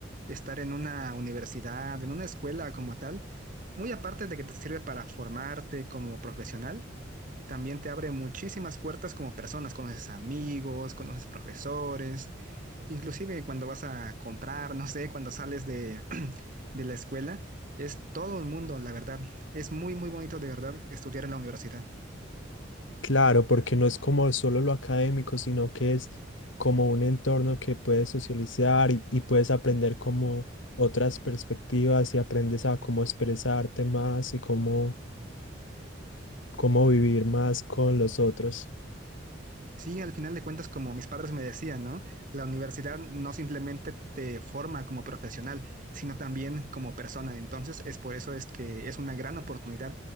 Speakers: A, on the right; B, on the left.
A: Estar en una universidad, en una escuela como tal, muy aparte de que te sirve para formarte como profesional, también te abre muchísimas puertas como personas, conoces amigos, conoces profesores, inclusive cuando vas a comprar, no sé, cuando sales de, <clears throat> de la escuela, es todo el mundo, la verdad. Es muy, muy bonito de verdad estudiar en la universidad.
B: Claro, porque no es como solo lo académico, sino que es como un entorno que puedes socializar y, y puedes aprender como otras perspectivas y aprendes a cómo expresarte más y cómo, cómo vivir más con los otros.
A: Sí, al final de cuentas, como mis padres me decían, ¿no? La universidad no simplemente te forma como profesional, sino también como persona. Entonces, es por eso es que es una gran oportunidad